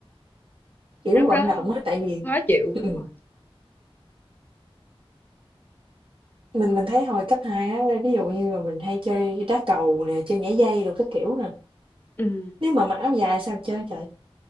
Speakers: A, on the right; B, on the left.
A: Kiểu,
B: Lúc
A: vận
B: đó
A: động á, tại vì
B: khó chịu, đúng
A: ừm,
B: rồi.
A: mình mình thấy hồi cấp 2 á, ví dụ như là mình hay chơi đá cầu nè, chơi nhảy dây rồi các kiểu nè,
B: Ừ.
A: nếu mà mặc áo dài sao chơi trời?